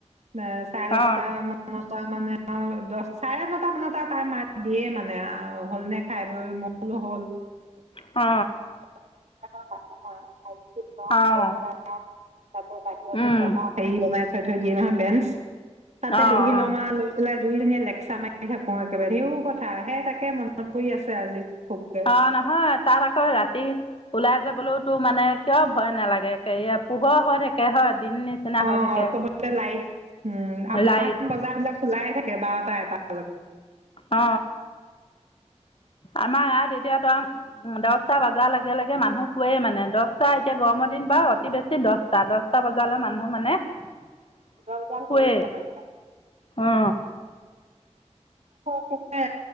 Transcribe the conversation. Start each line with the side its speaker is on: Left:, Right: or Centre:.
Right: ন চাৰে দহচতা
Left: অ'
Right: মানত। তাৰ মানে। অ দহ চাৰে নটা মানতে তাই মাত দিয়ে মানে হ'ল নে খাই বৈ। নহ'ল। এটা
Left: অ'
Right: কথা নহয়। আইচক্ৰীম ল'ৰাক
Left: অ'
Right: আনি পলাই। তাকে বাহিৰতে
Left: উম
Right: পঢ়া হেৰি কমা। তাতো দিয়ে বেঞ্জ। তাতে
Left: অ'
Right: বহি
Left: অ'
Right: লম আৰু। যোন জনীয়ে লেকচা মাৰি থাকে কও একেবাৰে ইও কতা সেই তাকে মনত পৰি আছে আজি। খুবকে
Left: অ নহয় তাত আকৌ ৰাতি ওলাই। যাবলৈওতো মানে কিয় ভয় নালাগে কে পোহৰ হৈ থাকে হয়। দিন নিচিনা
Right: অ
Left: হৈ থাকে
Right: চবতে লাইট উম আৰু দোকান
Left: লাইট
Right: বজাৰ বিলাক খোলাই থাকে। এবাৰ পা এবা
Left: অ আমাৰ ইয়াত। এতিয়া ট দহটা বজাৰ লগে লগে মানুহ শোৱেই মানে দহটা এতিয়া গৰমৰ দিন বাৰু অতি বেছি দহটা দহটা বজাত। জালৰ মানুহ মানে শুৱেই
Right: উজাল উজাল হয়ে আমাৰ ইয়াত
Left: অ।
Right: অ তাকে